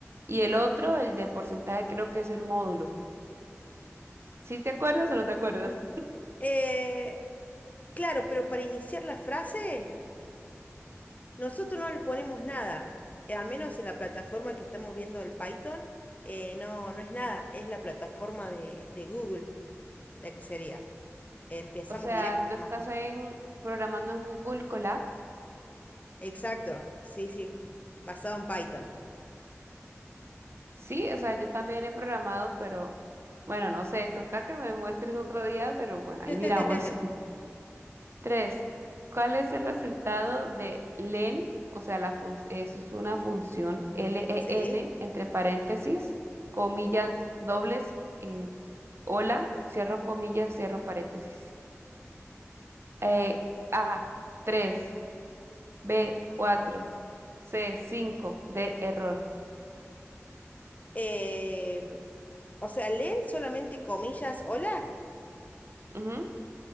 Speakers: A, on the right; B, on the left.
A: Y el otro, el de porcentaje, creo que es el módulo. ¿Sí te acuerdas o no te acuerdas?
B: Eh, claro, pero para iniciar la frase, nosotros no le ponemos nada. Eh, al menos en la plataforma que estamos viendo el Python, eh, no, no es nada. Es la plataforma de, de Google, la que sería. Empezamos
A: O sea,
B: directo
A: tú
B: nomás.
A: estás en programando en Google Colab.
B: Exacto, sí, sí. Basado en Python.
A: Sí, o sea, yo también he programado, pero bueno, no sé, toca que me muestres otro día, pero bueno,
B: <laughs>
A: ahí miramos. Tres, ¿cuál es el resultado de len? O sea, la fun- eso es una función len
B: Sí.
A: entre paréntesis, comillas dobles, eh, hola, cierro comillas, cierro paréntesis. Eh, A, 3. B, 4. C, 5. D, error.
B: Em, o sea, leen solamente comillas, hola,
A: Ujú.